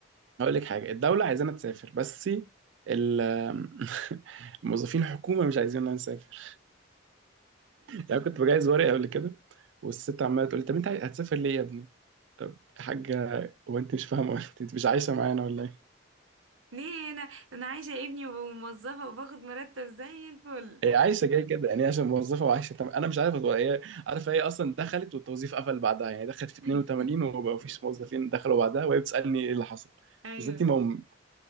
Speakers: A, on the right (about 65°); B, on the right (about 85°).
A: هقول لك حاجه الدوله عايزانا تسافر بس ال <laughs> موظفين الحكومه مش عايزيننا نسافر يعني كنت بجهز ورقه قبل كده والست عماله تقول لي طب انت هتسافر ليه يا ابني حاجة وانت مش فاهمة انت انت مش عايشة معانا ولا ايه؟
B: ليه انا انا عايشة ابني وموظفة وباخد مرتب زي الفل
A: هي عايشة كده كده يعني هي عشان موظفة وعايشة تم... انا مش عارف هو هي عارفة هي اصلا دخلت والتوظيف قفل بعدها يعني دخلت في 82
B: <laughs>
A: وما فيش موظفين دخلوا بعدها وهي بتسألني ايه اللي حصل؟
B: ايوه
A: إذا انت مم...